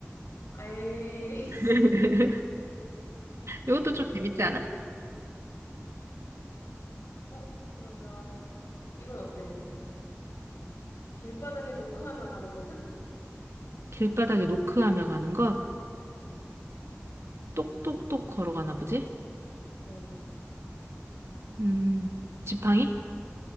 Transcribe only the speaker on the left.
아이, <laughs>
진짜.
어, 그러면 이건 어때? 길바닥에 노크하며 가는 것은?
응.
응.